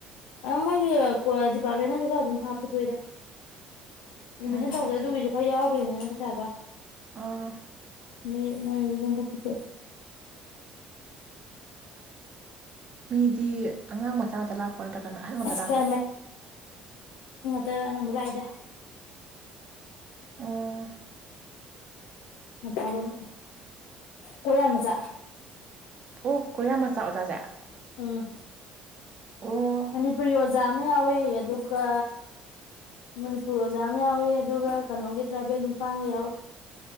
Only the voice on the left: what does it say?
ꯑ ꯃꯣꯏꯒꯤ ꯀꯣ ꯗꯤꯄꯥꯔꯃꯦꯟꯅꯖꯨ ꯈꯔ ꯑꯗꯨꯝ ꯍꯥꯞ ꯄꯨꯊꯣꯛꯏꯗ ꯑꯦꯃꯤꯁꯟ
ꯇꯧꯕꯗ ꯑꯗꯨꯒꯤꯖꯨ ꯈꯔ ꯌꯥꯎꯒꯔ꯭ꯤꯅꯤꯗꯅ ꯄꯩꯁꯥꯗꯣ
ꯃꯤ ꯃꯣꯏꯅꯖꯨꯗꯨꯝ ꯈꯥ ꯄꯨꯊꯣꯛ ꯑꯦ
ꯑꯁ
ꯇ ꯑꯅꯝꯕ ꯂꯥꯏꯗ
ꯃꯄꯥꯜꯂꯣꯝ ꯀꯣꯔꯤꯌꯥ ꯃꯆꯥ
ꯎꯝ
ꯃꯅꯤꯄꯨꯔꯤ ꯑꯣꯖꯥ ꯑꯃ ꯌꯥꯎꯋꯦ ꯑꯗꯨꯒ ꯃꯅꯤꯄꯨꯔ ꯑꯣꯖꯥ ꯑꯃ ꯌꯥꯎꯋꯦ ꯑꯗꯨꯒ ꯀꯅꯣꯒꯤ ꯇ꯭ꯔꯥꯏꯕꯦꯟ ꯅꯨꯄꯥꯑꯝꯒ ꯌꯥꯎꯋꯦ